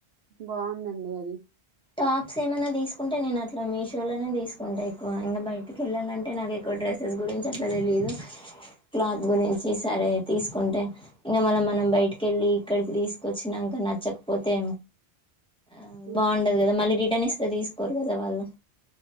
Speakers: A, on the right (about 70°); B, in the centre.
A: బాగుందండి అది
B: టాప్స్ ఏమన్నా తీసుకుంటే నేను అట్లా ఇట్లా మీషోలోనే తీసుకుంటా ఎక్కువ ఇంకా బయటికి వెళ్ళాలంటే నాకు ఎక్కువ డ్రెస్సెస్ గురించి అట్లా తెలియదు క్లాత్ గురించి సరే తీసుకుంటే ఇంక మళ్ళీ మనం బయటికి వెళ్ళి ఇక్కడికి తీసుకొచ్చినాక నచ్చకపోతే ఆ
A: అవునండి
B: బాగుండదు కదా మళ్ళీ రిటర్న్ ఇస్తేంది తీసుకోరు కదా వాళ్ళు